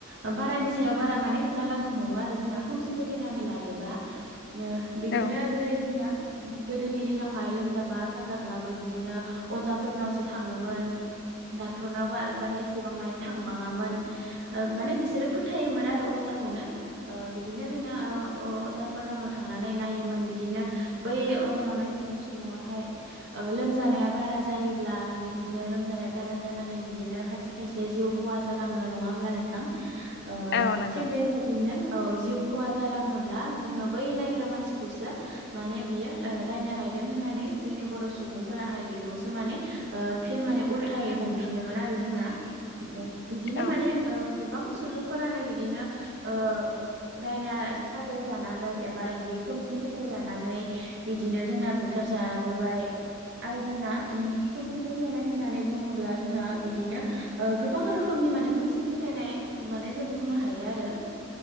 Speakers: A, on the right; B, on the left.
A: ओ बारानि सायाव बारा माने जालांनो हमो आरो जोंना खोमसि फोथायनानै लायोबा
B: <inaudible>
A: ओ बिदिनो
B: औ
A: जेरै जोंना गोदोनि दिनावहाय लोमजाबा साजाब्लाबो बिदिनो अजाफोरनावसो थाङोमोन। डाक्टरनाव बा बारा एसेबां माने थांबाङामोन ओ माने बिसोरो फोथायोमोन आरो अ जाखौनो ओ बिदिनो जोंना ओ अ अजाफोरनावनो थांनानै नायोमोन बिदिनो बै यै अजानाव नायजानाय सुबुङाहाय ओ लोम जानाया बारा जायोब्ला बिदिनो लोमजानाया बारा जानानै बिदिनो खायसे खायसे जिउ खहा जालां ओ नङा होनब्ला नोंथां ओ
B: औ नंगौ
A: थिग बेबायदिनो औ जिउ खहा जालाङोब्ला जोङो बै नायग्रा मानसिखौसो माने बियो दायना राय दों होननानै जोंनि बर सुबुं फोराहाय बिखौसो माने ओ फिन माने उल्थायै हमफिनोमोन आरो जोंना बिदिनो
B: औ
A: माने ओ गोबां सुबुंफोरानो बिदिनो ओ दायना साजाय जानानै एबा इदि खोमसि फोथायजानानै बिदिनो जोंना बुथार जाबोबाय आरो जोंना ओम खोमसि फोथायनाय होननानै बुङोब्ला जोंना बिदिनो ओ गोबां रोखोमनि माने खोमसि फोथायनाय माने जों बुंनो हायो आरो।